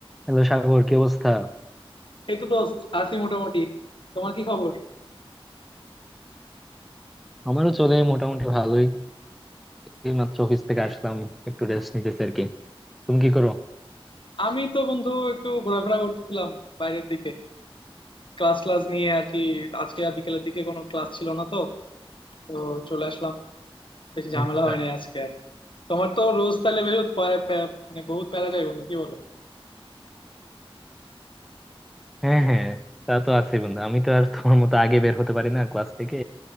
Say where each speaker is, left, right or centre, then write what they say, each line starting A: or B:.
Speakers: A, in the centre; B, on the left.
A: Hello Sagar কি অবস্থা
B: এই তো দোস্ত আছি মোটামুটি তোমার কি খবর
A: আমারও চলে মোটামুটি ভালোই এই মাত্র অফিস থেকে আসলাম একটু রেস্ট নিতেছি আর কি তুমি কি করো
B: আমি তো বন্ধু একটু ঘোরাফেরা করতেছিলাম বাইরের দিকে ক্লাস ক্লাস নিয়ে আর কি আজকে আর বিকেলের দিকে কোনো ক্লাস ছিল না তো তো চলে আসলাম বেশি ঝামেলা
A: আচ্ছা
B: হয় নাই আজকে আর তোমার তো রোজ তাহলে বেশ প্যা- প্যা- মানে বহুত প্যারা যায় বন্ধু কি বলো
A: হ্যাঁ হ্যাঁ তা তো আছে বন্ধু আমি তো আর তোমার মতো আগে বের হতে পারি না ক্লাস থেকে